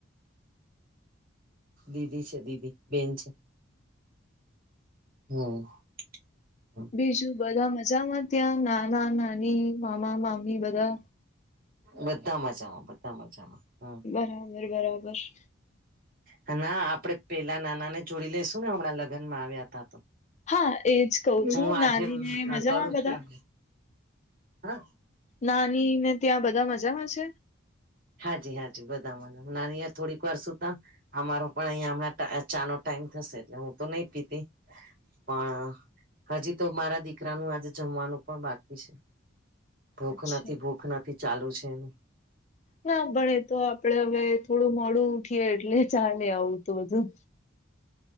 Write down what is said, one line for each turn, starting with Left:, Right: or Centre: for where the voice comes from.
Right: દીદી છે દીદી બેન છે. હ.
Left: બીજું બધા મજામાં ત્યાં? નાના નાની, મામા મામી બધાં?
Right: બધા મજામાં બધા મજામાં હમ્મ.
Left: બરાબર બરાબર.
Right: હ આપડે પેલા નાનાને જોડી લઈશું ને હમણાં લગનમાં આવ્યા હતાં તો.
Left: હા એજ કહ છું
Right: હું આજે
Left: નાની ને મજામાં
Right: કરું
Left: બધા
Right: છું એમને હ.
Left: નાનીને ત્યાં બધા મજામાં છે?
Right: હાજી હાજી બધા મજામાં, નાનીયે થોડીક વાર સુુતા. અમારો પણ અહીંયા હમણાં ટા ચાનો ટાઈમ થશે એટલે હું તો નઈ પીતી. પણ હજી તો મારા દીકરાનું આજે જમવાનું પણ બાકી છે. ભૂખ
Left: અચ્છા
Right: નથી ભૂખ નથી ચાલુ છે એનું.
Left: ના પણ એ તો આપણે હવે થોડું મોડું ઉઠીએ એટલે ચાલે આવું તો બધું.